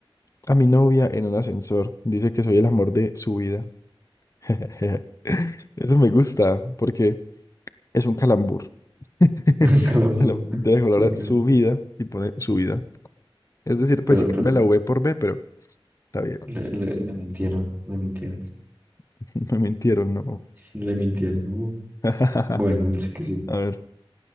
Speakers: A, on the left; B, on the right.
A: a mi novia en un ascensor. Dice que soy el amor de su vida. <laughs> Eso me gusta porque es un calambur. <laughs>
B: <laughs> Calambur.
A: De la palabra
B: Ok.
A: su vida y pone su vida. Es decir,
B: Pero,
A: pues sí cambia
B: pero
A: la V por B, pero está bien.
B: le, le- le mintieron, le mintieron,
A: <laughs> Me mintieron, no.
B: le mintieron. Uh,
A: <laughs>
B: Bueno, él sí que sí.
A: A ver,